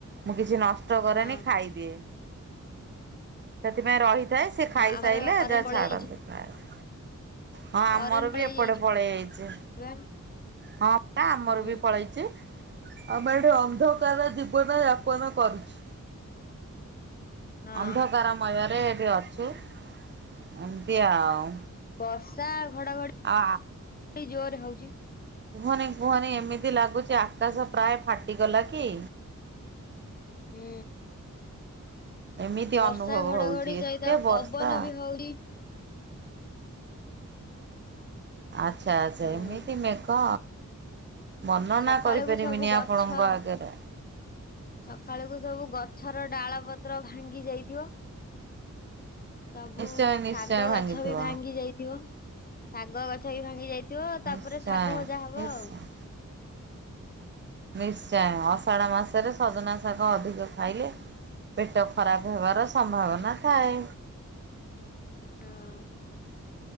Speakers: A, on the right; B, on the left.
A: ମୁଁ କିଛି ନଷ୍ଟ କଷ୍ଟ କରେନି
B: ହଁ
A: ଖାଇଦିଏ ସେଥିପାଇଁ ରହି ଯାଏ ସେ
B: ହଁ
A: ଖାଇସାଇଲେ
B: ଆମର କରେଣ୍ଟ
A: ଯା
B: ପଳେଇ
A: ଛାଡ
B: ଯାଇଛି
A: <unintelligible> ହଁ
B: କରେଣ୍ଟ
A: ଆମର
B: ପଳେଇ
A: ବି ଏପଟେ
B: ଯାଇଛି
A: ପଳେଇ ଆଇଚି
B: ବା
A: ହଁ ପା ଆମର
B: ହୁଁ
A: ବି ପଳେଇ ଚି ଆମେ ଏଠି ଅନ୍ଧକାର ଜୀବନ ଯାପନ କରୁଚୁ।
B: ହଁ
A: ଅନ୍ଧକାରମୟରେ ଏଠି ଅଛୁ ଏମିତି ଆଉ।
B: ବର୍ଷା ଘଡଘଡି
A: ଆ
B: ଜୋରରେ ହୋଉଚି।
A: କୁହନି କୁହନି ଏମିତି ଲାଗୁଚି ଆକାଶ ପ୍ରାୟ ଫାଟିଗଲା କି
B: ହୁଁ।
A: ଏମିତି
B: ବର୍ଷା
A: ଅନୁଭବ
B: ଘଡଘଡି
A: ହଉଛି ଏତେ
B: ସହିତ
A: ବର୍ଷା।
B: ପବନ ବି ହୋଉ <unintelligible>
A: ଆଚ୍ଛା ଆଚ୍ଛା
B: ହୁଁ
A: ଏମିତି ମେକ ବର୍ଣ୍ଣନା
B: ସକାଳକୁ
A: କରିପାରିବିନି
B: ସବୁ ଗଛ
A: ଆପଣଙ୍କ ଆଗରେ।
B: ସକାଳକୁ ସବୁ ଗଛର ଡାଳ ପତ୍ର ଭାଙ୍ଗି ଯାଇଥିବ। ସବୁ
A: ନିଶ୍ଚୟ
B: ଶାଗ
A: ନିଶ୍ଚୟ ଭାଙ୍ଗିଥିବ
B: ଗଛ ବି ଭାଙ୍ଗି ଯାଇଥିବ। ଶାଗ ଗଛ ବି ଭାଙ୍ଗି ଯାଇ ଥିବ
A: ନିଶ୍ଚୟ।
B: ତାପରେ ଶାଗ ଭଜା ହବ
A: ନିଶ୍ଚୟ
B: ଆଉ।
A: ନିଶ୍ଚୟ ଅଷାଢ଼ ମାସରେ ସଜନା ଶାଗ ଅଧିକ ଖାଇଲେ ପେଟ ଖରାପ ହେବାର ସମ୍ଭାବନା ଥାଏ।
B: ଆଁ ଉଁ।